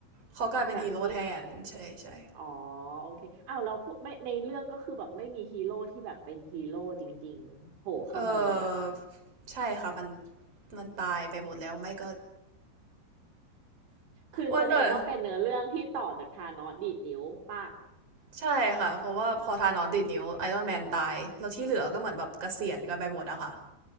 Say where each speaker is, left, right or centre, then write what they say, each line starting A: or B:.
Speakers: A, on the right (about 30°); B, on the right (about 85°).
A: เขากลายเป็นฮีโร่แทนใช่ใช่
B: จากที่ อ๋อโอเคอ้าวแล้วพวกไม่ในเรื่องก็คือแบบไม่มีฮีโร่ที่แบบเป็นฮีโร่จริงๆโผล่เข้ามาเลยอะคะ
A: เออใช่ค่ะมันมันตายไปหมดแล้วไม่ก็
B: คือแสดงว่าเป็นเนื้อเรื่องที่ต่อจากธานอสดีดนิ้วปาก
A: วันเดอร์ใช่ค่ะเพราะว่าพอทานอสดีดนิ้วไอรอนแมนตายแล้วที่เหลือก็เหมือนแบบเกษียณกันไปหมดอะค่ะ